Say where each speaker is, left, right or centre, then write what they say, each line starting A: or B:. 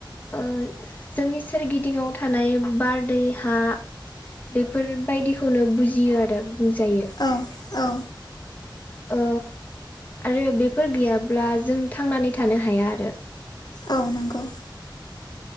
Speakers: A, on the left; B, on the left.
A: ओ जोंनि सोरगिदिङाव थानाय बारदै हा बेफोरबायदिखौनो बुजियो आरो बुंजायो।
B: औ औ
A: ओ आरो बेफोर गैयाब्ला जों थांनानै थानो हाया आरो।
B: औ नंगौ।